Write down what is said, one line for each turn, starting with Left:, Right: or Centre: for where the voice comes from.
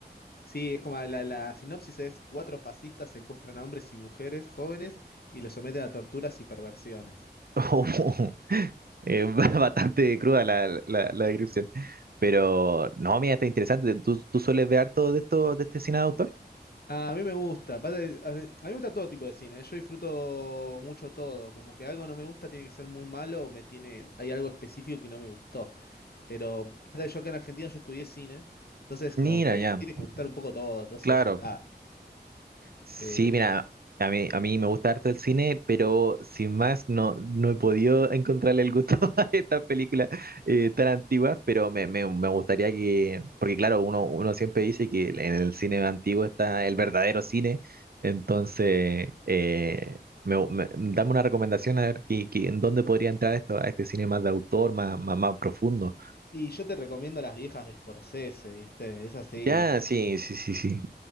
Left: Sí, es como la, la sinopsis es cuatro fascistas secuestran a hombres y mujeres jóvenes y los someten a torturas y perversiones.
Right: Oh, <laughs> eh, <laughs> bastante cruda la, la, la descripción. Pero no, mira, está interesante. ¿Tú, tú sueles ver harto de esto, de este cine de autor?
Left: A mí me gusta, aparte, a a mí me gusta todo tipo de cine, ¿eh? yo disfruto mucho todo, como que algo no me gusta tiene que ser muy malo, me tiene, hay algo específico que no me gustó. Pero pasa que yo acá en Argentina yo estudié cine, entonces
Right: Mira,
Left: como que
Right: ya,
Left: me tiene que gustar un poco todo, entonces
Right: claro.
Left: ya está.
Right: Sí,
Left: Eh,
Right: mira, a mí, a mí me gusta harto el cine, pero sin más no, no he podido <laughs> encontrarle el gusto <laughs> a estas películas eh, tan antiguas, pero me, me- me gustaría que, porque claro, uno, uno siempre dice que en el cine antiguo está el verdadero cine, entonces eh, me, me- dame una recomendación a ver que, que- en dónde podría entrar esto, a este cine más de autor, más, más, más profundo.
Left: y yo te recomiendo las viejas de Scorsese, ¿viste? Esas sí,
Right: Ya, sí, sí, sí, sí.